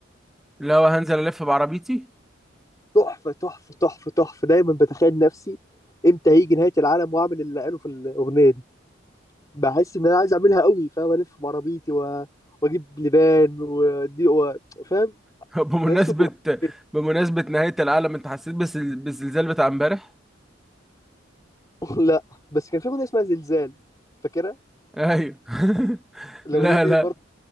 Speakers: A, in the centre; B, on the left.
A: اللي هو هنزل الف بعربيتي
B: تحفه تحفه تحفه تحفه دايما بتخيل نفسي امتى هيجي نهايه العالم واعمل اللي قاله في الاغنيه دي بحس ان انا عايز اعملها قوي فاهم الف بعربيتي و... واجيب لبان ودي و... فاهم
A: <laughs> بمناسبة
B: بحسه إيه.
A: بمناسبة نهاية العالم انت حسيت بالزل- بالزلزال بتاع امبارح
B: <laughs> لا بس كان في اغنيه اسمها زلزال فاكرها
A: ايوه <laughs>
B: الاغنيه
A: لا
B: دي
A: لا
B: برضه